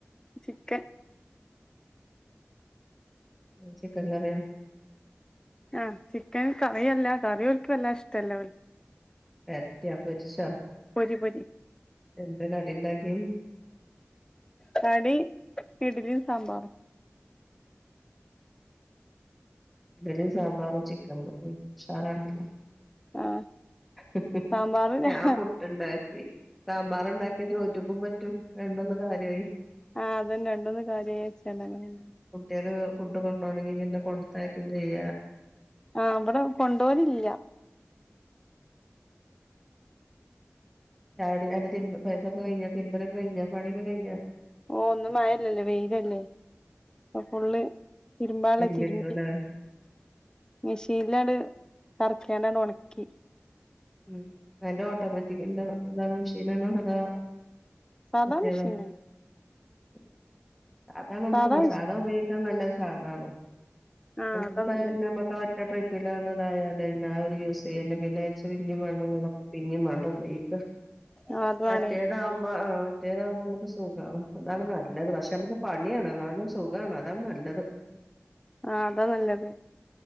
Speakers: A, on the left; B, in the centre.
A: ചിക്കൻ
B: എ ചിക്കൻ കറിയോ
A: ആ ചിക്കൻ കറിയല്ല കറി ഓൽക്ക്‌ വെല്ലാതെ ഇഷ്ടല്ല
B: വെരട്ട്യോ പൊരിച്ചോ
A: പൊരി പൊരി
B: എന്ത കടിണ്ടാക്ക്യേ
A: കടി ഇഡ്ലിംസാമ്പാറും
B: ഇഡ്ലിം സാമ്പാറും ചിക്കൻ കരിം ഉഷാറാണല്ലോ
A: ആഹ്
B: <unintelligible>
A: സാമ്പാറ്
B: ഞാൻ
A: ആഹ്
B: പുട്ടുണ്ടാക്കി സാമ്പാറ് ഇണ്ടാക്കിയ ചോറ്റിക്കും പറ്റും രണ്ടോന്ന് കാര്യായി
A: ആഹ് അതന്നെ രണ്ടൊന്ന് കാര്യച്ചാങ്ങനന്നെ
B: കുട്ടികക്ക് ഫുഡ് കൊണ്ടോണങ്കി പിന്നെ കൊടുത്തയക്കു ചെയ്യ
A: ആഹ് വിടെ കൊണ്ടോലില്ല
B: ചായുടി ൻ്റെ തിരുമ്പക്കെഴിഞ്ഞ തിരുമ്മലൊക്കെ കഴിഞ്ഞ പണിയൊക്കെ കഴിഞ്ഞ
A: ഓ ഇന്നു മഴല്ലല്ലോ വെയിലല്ലേ അപ്പൊ ഫുള്ള് തിരുമ്പാള്ള
B: തിരുമ്പിട്ടൂലേ
A: തിരുമ്പി മിഷീനിലാണ്ട് കറക്കിണ്ടാണ് ഒണക്കി
B: ഉം അന്റെ ഓട്ടോമാറ്റിക്കൻ്റെ ഇതാണേ മെഷീനണോ അതാ
A: സാധാ
B: മറ്റേതൊ
A: മെഷീനന്നെ
B: <unintelligible> അതാണ് നമുക്ക്
A: സാധാ മെഷീൻ
B: സാധ ഉപയോഗിക്കാൻ നല്ല സാധാണ്
A: ആഹ് അതാ
B: പിന്നെ
A: നല്ലേ
B: <unintelligible> ഒറ്റ ട്രിപ്പലതായാന്ന അവര് യൂസ് ചെയ്യല് പിന്നെ <unintelligible> പിന്നെ <unintelligible> വേണ്ടേ ഉപയോഗിക്കാ
A: ആഹ് അത്
B: മറ്റേതാവുമ്പോ
A: വാണേ
B: ആഹ് മറ്റേതാവുമ്പോ നമക്ക് സുഖം അതാണ് നല്ലത് പക്ഷെ നമുക്ക് പണിയാണ് എന്നാലും സുഖമാണ് അതാ നല്ലത് <inaudible>
A: ആഹ് അതാ നല്ലത്